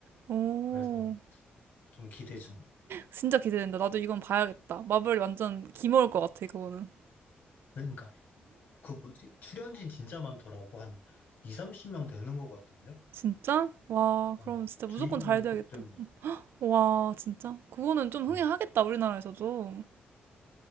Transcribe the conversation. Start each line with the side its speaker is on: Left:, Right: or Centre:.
Right: 오,
Left: 그래서 좀 기대 중.
Right: 진짜 기대된다. 나도 이건 봐야겠다. 마블이 완전 기모일 것 같아, 그거는.
Left: 그러니까 그 뭐지? 출연진 진짜 많더라고. 한 2, 30명 되는 것 같던데?
Right: 진짜? 와,
Left: 어,
Right: 그럼 진짜
Left: 주인공급들만.
Right: 무조건 잘 돼야겠다. 와, 진짜? 그거는 좀 흥행하겠다,
Left: 음.
Right: 우리나라에서도.